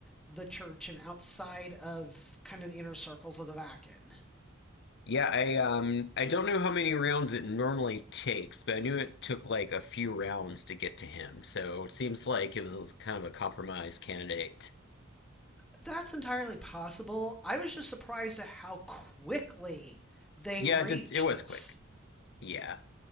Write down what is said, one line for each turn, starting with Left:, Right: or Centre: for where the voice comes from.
Centre: the church and outside of kind of the inner circles of the Vatican.
Left: Yeah, I um I don't know how many rounds it normally takes, but I knew it took like a few rounds to get to him. So it seems like it was kind of a compromise candidate.
Centre: That's entirely possible. I was just surprised at how quickly they
Left: Yeah,
Centre: reached
Left: it, did, it was
Centre: this.
Left: quick. Yeah.